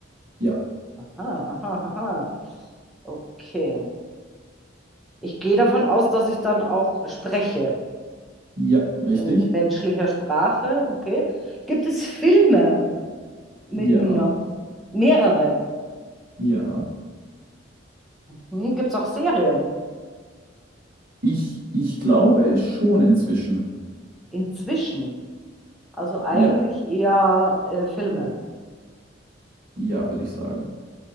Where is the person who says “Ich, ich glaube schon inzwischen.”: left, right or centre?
Right